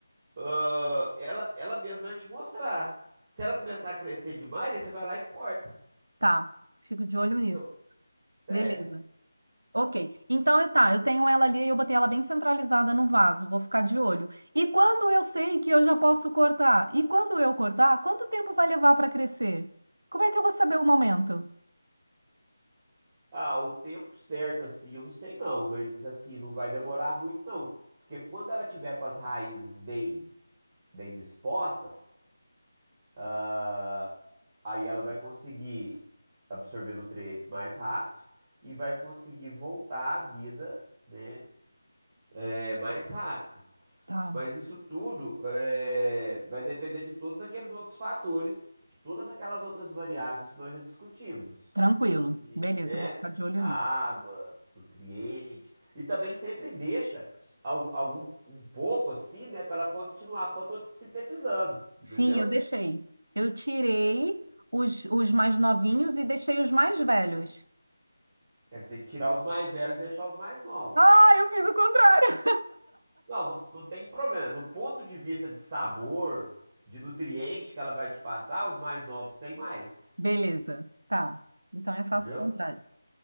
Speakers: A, on the right; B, on the right.
A: ah, ela, ela mesma vai te mostrar. Se ela começar a crescer demais, aí você vai lá e corta.
B: Tá. Fico de olho
A: Entendeu?
B: nisso.
A: É.
B: Beleza. Ok. Então, é, tá, eu tenho ela ali e eu botei ela bem centralizada no vaso, vou ficar de olho. E quando eu sei que eu já posso cortar? E quando eu cortar, quanto tempo vai levar para crescer? Como é que eu vou saber o momento?
A: Ah, o tempo certo, assim, eu não sei não, mas assim, não vai demorar muito não. Porque quando ela tiver com as raízes bem, bem dispostas, ah, aí ela vai conseguir absorver nutrientes mais rápido e vai conseguir voltar à vida, né, é, mais rápido.
B: Tá,
A: Mas isso tudo é, vai depender de todos aqueles outros fatores, de todas aquelas outras variáveis que nós já discutimos
B: tranquilo.
A: e,
B: Beleza,
A: né?
B: eu vou ficar de olho
A: Água,
B: nisso.
A: nutrientes. E também sempre deixa algu- algum, um pouco assim, né? Para ela continuar fotossintetizando, entendeu?
B: Sim, eu deixei. Eu tirei os, os mais novinhos e deixei os mais velhos.
A: Aí Você tem que tirar os mais velhos e deixar os mais novos.
B: Ah, eu fiz o contrário.
A: Não, não, não tem problema. Do ponto de vista de sabor, de nutriente que ela vai te passar, os mais novos têm mais,
B: Beleza, tá. Então eu faço
A: entendeu?
B: o contrário.